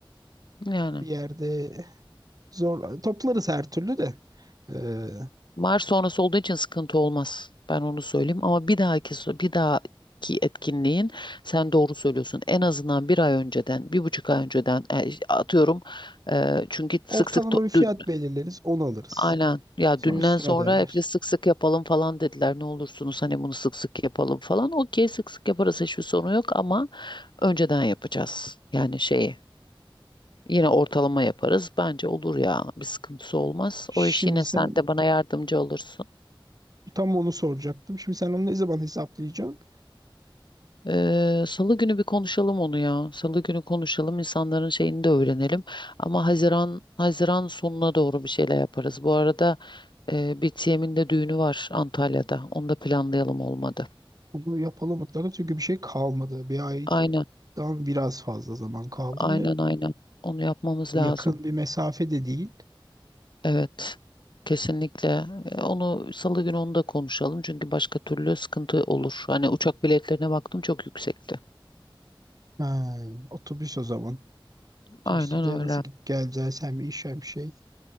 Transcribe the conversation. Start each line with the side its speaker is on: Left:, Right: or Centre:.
Left: Yani.
Right: Bir yerde zor toplarız her türlü de. Ee,
Left: Var sonrası olduğu için sıkıntı olmaz. Ben onu söyleyeyim ama bir dahaki so- bir dahaki etkinliğin sen doğru söylüyorsun. En azından bir ay önceden, bir buçuk ay önceden e, atıyorum. e, çünkü sık
Right: ortalama
Left: sık to-
Right: bir fiyat
Left: dün,
Right: belirleriz, onu alırız.
Left: aynen ya
Right: Sonra
Left: dünden
Right: üstüne
Left: sonra
Right: öderler.
Left: hep de sık sık yapalım falan dediler. Ne olursunuz hani bunu sık sık yapalım falan. Okey sık sık yaparız hiçbir sorun yok ama önceden yapacağız. Yani şeyi yine ortalama yaparız. Bence olur ya bir sıkıntısı olmaz.
Right: Şimdi
Left: O iş yine
Right: sen
Left: sen de bana yardımcı olursun.
Right: tam onu soracaktım. Şimdi sen onu ne zaman hesaplayacaksın?
Left: Ee, Salı günü bir konuşalım onu ya. Salı günü konuşalım, insanların şeyini de öğrenelim. Ama Haziran Haziran sonuna doğru bir şeyler yaparız. Bu arada e, bir TM'in de düğünü var Antalya'da. Onu da planlayalım olmadı.
Right: Onu yapalım mutlaka çünkü bir şey kalmadı. Bir aydan
Left: Aynen,
Right: biraz fazla zaman kaldı
Left: aynen,
Right: ve
Left: aynen. Onu yapmamız
Right: yakın
Left: lazım.
Right: bir mesafe de değil.
Left: Evet, kesinlikle. E, Onu Salı günü onu da konuşalım çünkü başka türlü sıkıntı olur. Hani uçak biletlerine baktım çok yüksekti.
Right: Ha, otobüs o zaman. Otobüste
Left: Aynen
Right: de
Left: öyle.
Right: nasıl gidip geleceğiz? Sen bir iş hem şey.